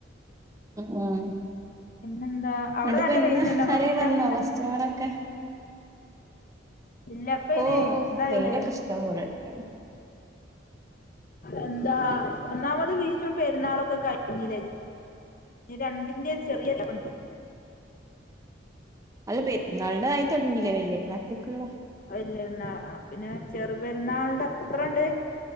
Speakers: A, on the right; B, on the left.
A: ആ ആഹ
B: പിന്നെന്താ അവിടെ
A: എന്നിട്ട് ഇപ്പ
B: നല്ല
A: ഇന്ന്
B: വെയിലുണ്ടോ ഇങ്ങളെ
A: അരം
B: വീട്ടിലൊക്കെ
A: വന്നോ കസ്റ്റമറൊക്കെ
B: ഇല്ല ഇപ്പ അയിന്
A: ഓ
B: ഇതായോണ്ട്
A: നെയിലൊക്കെ ഇഷ്ടം പോലെണ്ട
B: എന്താ ഒന്നാമത് വിഷും പെരുന്നാളൊക്കെ കഴിഞ്ഞില്ലേ രണ്ടിന്റെ ഒരു ചെറിയുണ്ട്
A: അല്ല പെരുന്നാളിന്റെ ആയി തുടങ്ങീല്ലേ വല്യ <unintelligible> <unintelligible>
B: ല്യരുന്നാള് ആ പിന്നെ ചെറു പെരുന്നാളിന്റെ അത്ര ഉണ്ട്